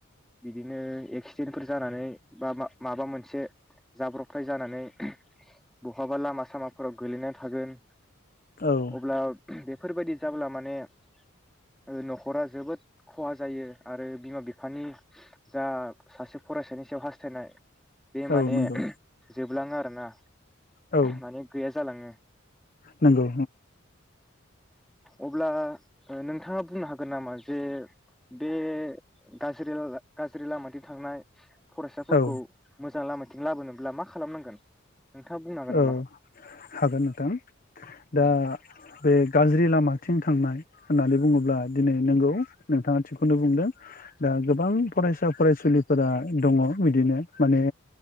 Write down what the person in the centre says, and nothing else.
बिदिनो एक्सिडेन्टफोर जानानै बा माबा मोनसे जाब्रबथाय जानानै बहाबा लामा सामाफोराव गोलैनानै थागोन।
अब्ला बेफोरबायदि जाब्ला माने माने ओ न'खरा जोबोद खहा जायो। आरो बिमा बि बिफानि जा सासे फरायसानि सायाव हास्थायनाय बे माने
जोब लाङो आरोना
माने गैया जालाङो
ओ अब्ला नोंथाङा बुंनो हागोन नामा जे बे गाज्रि गाज्रि लामाथिं थांनाय फरायसाफोरखौ
मोजां लामाथिं लाबोनो अब्ला मा खालामनांगोन? नोंथाङा बुंनो हागोन नामा
ओ